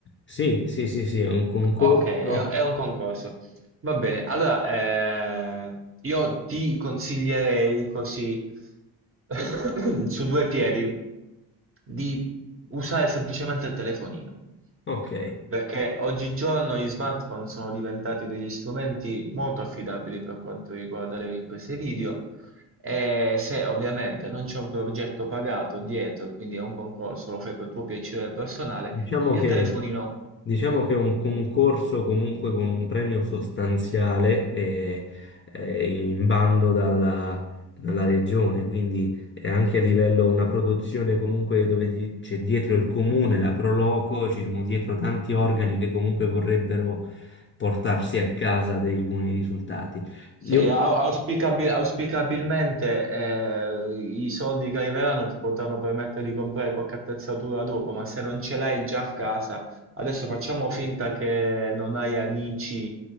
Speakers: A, on the left; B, on the right.
A: Sì, sì, sì, sì, è un concorso.
B: Ok, è è un concorso. Va bene, allora eh, io ti consiglierei così <coughs> <clears throat> su due piedi di usare semplicemente il telefonino,
A: Ok,
B: perché oggigiorno gli smartphone sono diventati degli strumenti molto affidabili per quanto riguarda le riprese video e se ovviamente non c'è un progetto pagato dietro e quindi è un concorso, lo fai per tuo piacere personale,
A: diciamo
B: il
A: che...
B: telefonino
A: Diciamo che è un concorso comunque con un premio sostanziale eh, eh, in bando dalla, dalla regione, quindi è anche a livello una produzione comunque dove di- c'è dietro il comune, la Proloco, ci sono dietro tanti organi che comunque vorrebbero portarsi a casa dei buoni risultati.
B: Sì,
A: Io...
B: au- auspicabil- auspicabilmente eh, i soldi che arriveranno ti potranno permettere di comprare qualche attrezzatura dopo, ma se non ce l'hai già a casa, adesso facciamo finta che non hai amici